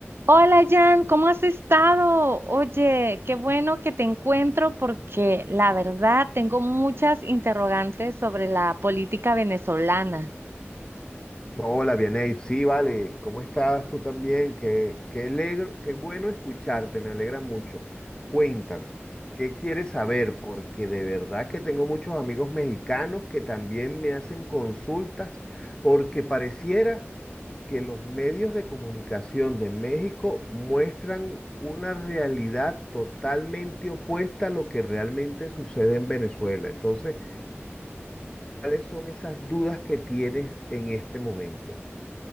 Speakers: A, on the right (about 60°); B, on the left (about 20°).
A: Hola Jan, ¿cómo has estado? Oye, qué bueno que te encuentro porque la verdad tengo muchas interrogantes sobre la política venezolana.
B: Hola, Vianey. Sí, vale. ¿Cómo estás tú también? Qué, qué alegr- qué bueno escucharte, me alegra mucho. Cuéntame, ¿qué quieres saber? Porque de verdad que tengo muchos amigos mexicanos que también me hacen consultas porque pareciera que los medios de comunicación de México muestran una realidad totalmente opuesta a lo que realmente sucede en Venezuela. Entonces, ¿cuáles son esas dudas que tienes en este momento?